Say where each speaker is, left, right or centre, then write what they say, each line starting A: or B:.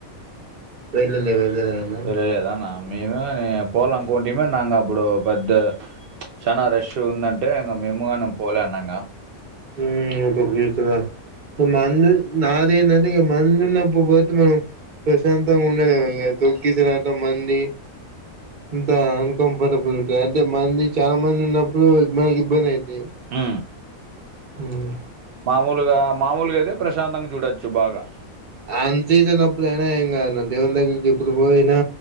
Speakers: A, on the right (about 40°); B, on the right (about 65°).
A: వెళ్ళలే వెళ్ళలేదన్న
B: వెళ్ళలేదా అన్నా? మేమేగాని పోవాల అనుకుంటిమి నాకు అప్పుడు పెద్ద చానా రష్ ఉందంటే ఇంగ మేముగానే పోలే అన్నా ఇంగా.
A: హ్ ఎంటో తీస్తున్నారు. మందు నాదేందంటే ఇంగ మందు ఉన్నప్పుడు పోతే మనం ప్రశాంతంగా ఉండలేం ఇగ తోక్కిసలాట మంది అంతా అన్కంఫర్టబుల్ ఉంటది అంటే మంది చాలా మంది ఉన్నప్పుడు మనకి ఇబ్బంది అయితది.
B: ఆ
A: హ్
B: మామూలుగా మామూలుగా అయితే ప్రశాంతంగా చూడొచ్చు బాగా.
A: అన్సీజనప్పుడు అయినా ఏం కాదన్నా దేవుని దగ్గరికి ఎప్పుడు పోయినా